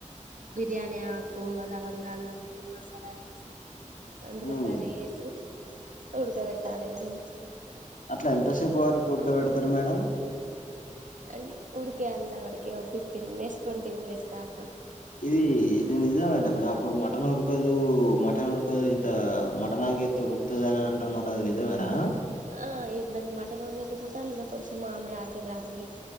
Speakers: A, on the right (about 75°); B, on the left (about 80°).
A: బిర్యానీ ఆకు లవంగాలు అవన్నీ మసాలాలు వేసి అందులో
B: మ్మ్
A: కర్రీ వేసి ఉడకబెట్టాలి అన్నీ
B: అట్లా ఎంతసేపు వరకు ఉడక పెడతరు మేడం
A: అం ఉడికెంతవరకు ఫిఫ్టీన్ మినిట్స్ ట్వంటీ మినిట్స్ దాకా
B: ఇది ఇది నిజమేన మేడం అప్పుడు మటన్ ఉడకదు మటన్ ఉడకదు ఇంత మటన గే ఎత్తె ఉడుకుతుదనీ అంటున్నరు అది నిజమేనా
A: ఆ ఎప్పుడైన మటన్ ఉడకోకపోతే అందులో కొంచెం మామిడి ఆకుగానీ